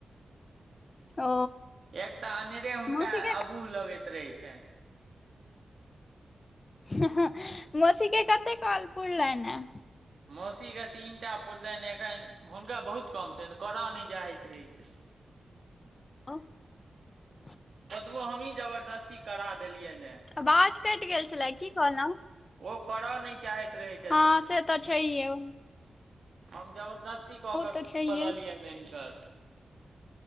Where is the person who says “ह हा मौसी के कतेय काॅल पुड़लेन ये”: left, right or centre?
Left